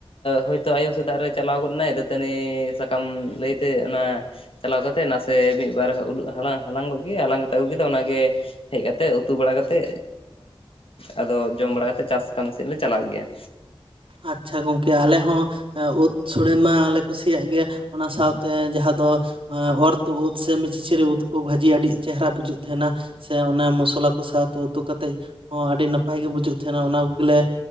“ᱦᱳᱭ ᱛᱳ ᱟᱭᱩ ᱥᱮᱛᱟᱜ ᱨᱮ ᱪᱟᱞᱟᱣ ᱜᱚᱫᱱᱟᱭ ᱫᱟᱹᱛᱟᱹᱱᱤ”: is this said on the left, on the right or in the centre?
Left